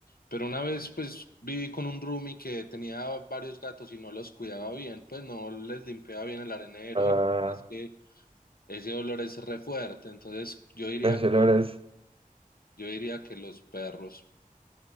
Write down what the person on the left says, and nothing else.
pero una vez pues viví con un roomie que tenía varios gatos y no los cuidaba bien, pues no les limpiaba bien el arenero
y es que ese olor es re fuerte, entonces yo diría
que,
yo diría que los perros.